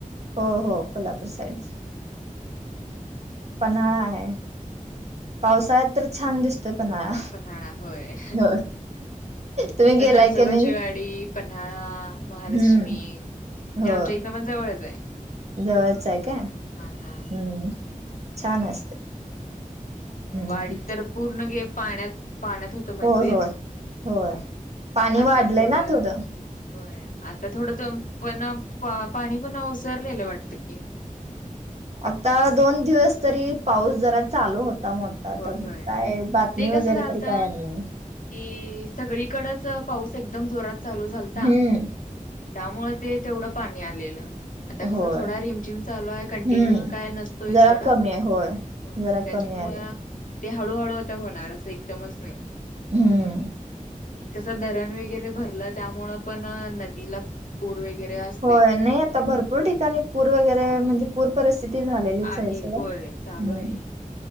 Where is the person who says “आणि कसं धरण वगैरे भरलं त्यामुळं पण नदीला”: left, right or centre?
Left